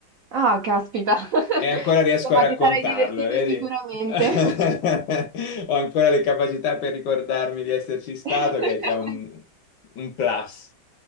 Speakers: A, on the right (about 75°); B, on the left (about 70°).
A: Ah, caspita, <laughs>
B: e ancora riesco
A: insomma
B: a raccontarlo,
A: ti sarai divertito
B: vedi?
A: sicuramente.
B: <laughs> Ho ancora le capacità per ricordarmi di esserci stato,
A: <laughs>
B: che è già un, un plus.